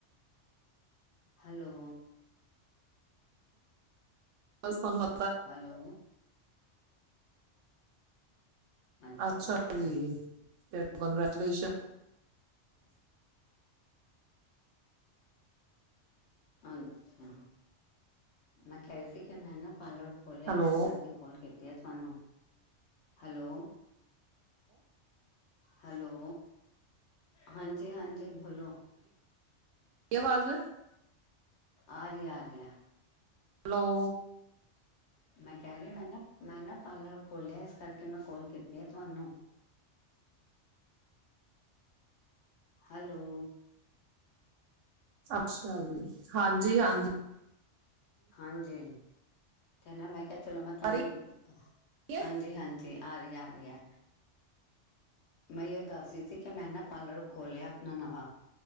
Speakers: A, on the left; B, on the right.
A: ਹੈਲੋ
B: ਬਸ ਧੰਨਵਾਦ
A: ਹੈਲੋ, ਅੱਛਾ-ਅੱਛਾ।
B: ਅੱਛਾ ਜੀ ਕੰਗ੍ਰੈਚੁਲੇਸ਼ਨ।
A: ਅੱਛਾ, ਮੈਂ ਕਹਿ ਰੀਣ ਸੀ ਕਿ ਮੈਂ ਨਾ ਪਾਰਲਰ ਖੋਲਿਆ
B: ਹੈਲੋ
A: ਮੈਂ ਸ ਕੇ ਕਾਲ ਕੀਤੀ ਆ ਤੁਹਾਨੂੰ, ਹੈਲੋ ਹੈਲੋ, ਹਾਂਜੀ-ਹਾਂਜੀ ਬੋਲੋ।
B: ਏ ਅਵਾਜ਼
A: ਆਰੀ ਆ ਰੀਆ।
B: ਹੈਲੋ
A: ਮੈਂ ਕੈ ਰੀ ਆ ਮੈਂ ਨਾ ਮੈਂ ਨਾ ਪਾਰਲਰ ਖੋਲਿਆ ਇਸ ਕਰਕੇ ਮੈਂ ਕੌਲ ਕੀਤੀ ਆ ਤੁਹਾਨੂੰ। ਹੈਲੋ
B: ਅੱਛਾ ਜੀ ਹਾਂਜੀ-ਹਾਂਜੀ।
A: ਹਾਂਜੀ 'ਤੇ ਨਾ ਮੈਂ ਕਿਆ ਚਲੋ ਮੈਂ ਤੁਹਾਨੂੰ,
B: ਆ ਰਹੀ ਹੈ?
A: ਹਾਂਜੀ-ਹਾਂਜੀ। ਆਰੀ-ਆਰੀ ਐ। ਮੈਂ ਏਇਓ ਦੱਸ ਰੀ ਸੀ ਕਿ ਮੈਂ ਨਾ ਪਾਰਲਰ ਖੋਲਿਆ, ਆਪਣਾ ਨਵਾਂ।